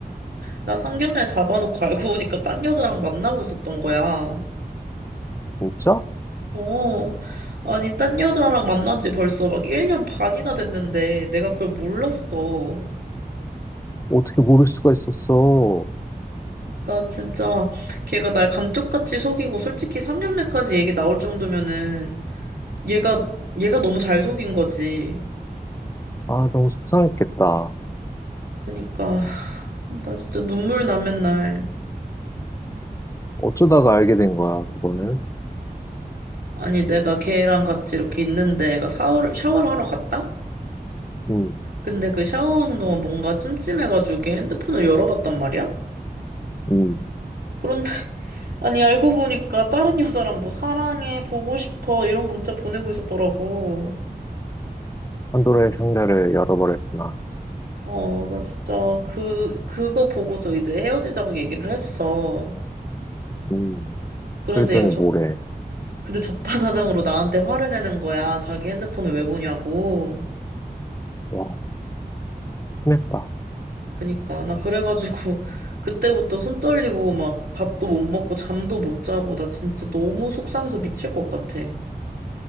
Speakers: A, on the right (about 80°); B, on the left (about 20°).
A: 나 상견례 잡아놓고 알고 보니까 딴 여자랑 만나고 있었던 거야.
B: 진짜?
A: 어. 아니, 딴 여자랑 만난 지 벌써 막 1년 반이나 됐는데 내가 그걸 몰랐어.
B: 어떻게 모를 수가 있었어?
A: 나 진짜 걔가 날 감쪽같이 속이고 솔직히 상견례까지 얘기 나올 정도면은 얘가, 얘가 너무 잘 속인 거지.
B: 아, 너무 속상했겠다.
A: 그니까, 나 진짜 눈물 나 맨날.
B: 어쩌다가 알게 된 거야, 그거는?
A: 아니, 내가 걔랑 같이 이렇게 있는데 얘가 샤워를, 샤워를 하러 갔다?
B: 응,
A: 근데 그 샤워하는 동안 뭔가 찜찜해가지고 걔 핸드폰을 열어봤단 말이야?
B: 응.
A: 그런데, <laughs> 아니, 알고 보니까 다른 여자랑 뭐 사랑해, 보고 싶어, 이런 문자 보내고 있었더라고.
B: 판도라의 상자를 열어버렸구나.
A: 어, 나 진짜 그, 그거 보고서 이제 헤어지자고 얘기를 했어.
B: 응.
A: 그런데
B: 그랬더니
A: 얘가 적
B: 뭐래.
A: 근데 적반하장으로 나한테 화를 내는 거야. 자기 핸드폰을 왜 보냐고.
B: 와, 심했다.
A: 그니까. 나 그래가지고, <laughs> 그때부터 손 떨리고, 막, 밥도 못 먹고, 잠도 못 자고, 나 진짜 너무 속상해서 미칠 것 같아.